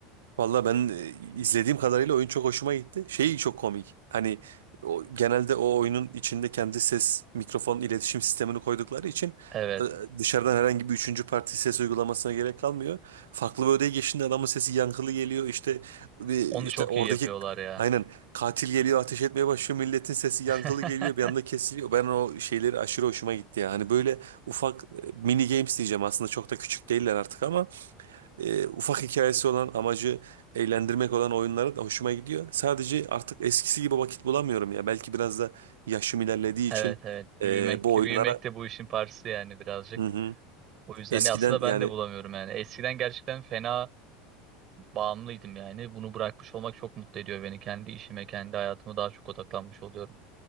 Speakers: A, on the right; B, on the right.
A: Valla ben e, izlediğim kadarıyla oyun çok hoşuma gitti. Şey çok komik. Hani o, genelde o oyunun içinde kendi ses mikrofon iletişim sistemini koydukları için
B: Evet.
A: e, dışarıdan herhangi bir üçüncü parti ses uygulamasına gerek kalmıyor. Farklı bir odaya geçtiğinde adamın sesi yankılı geliyor. İşte bir-
B: Onu
A: işte
B: çok
A: oradaki
B: iyi yapıyorlar ya.
A: aynen katil geliyor ateş etmeye başlıyor. Milletin sesi
B: <laughs>
A: yankılı geliyor bir anda kesiliyor. Ben o şeyleri aşırı hoşuma gitti ya. Hani böyle ufak e, mini games diyeceğim aslında çok da küçük değiller artık ama e, ufak hikayesi olan amacı eğlendirmek olan oyunlara da hoşuma gidiyor. Sadece artık eskisi gibi vakit bulamıyorum ya. Belki biraz da yaşım ilerlediği
B: Evet
A: için
B: evet. Büyümek,
A: e, bu
B: büyümek
A: oyunlara
B: de bu işin parçası yani birazcık.
A: hı hı.
B: O yüzden
A: Eskiden
B: ya aslında ben
A: yani
B: de bulamıyorum yani. Eskiden gerçekten fena bağımlıydım yani. Bunu bırakmış olmak çok mutlu ediyor beni. Kendi işime, kendi hayatıma daha çok odaklanmış oluyorum.